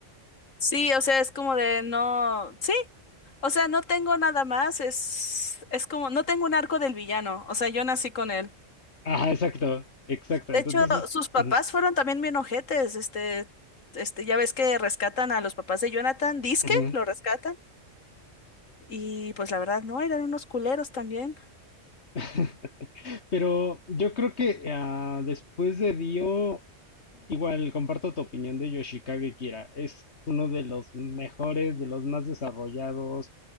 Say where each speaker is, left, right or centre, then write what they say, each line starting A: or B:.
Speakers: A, on the left; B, on the left.
A: Sí, o sea, es como de no, sí. O sea, no tengo nada más, es, es como, no tengo un arco del villano. O sea, yo nací con él.
B: Ajá, exacto, exacto.
A: De
B: Entonces,
A: hecho,
B: es-
A: sus papás
B: ujú,
A: fueron también bien ojetes. Este, este, ya ves que rescatan a los papás de Jonathan, disque,
B: ujú.
A: lo rescatan. Y pues la verdad, no, eran unos culeros también.
B: <laughs> Pero yo creo que ah, después de Dio, igual comparto tu opinión de Yoshikage Kira. Es uno de los mejores, de los más desarrollados.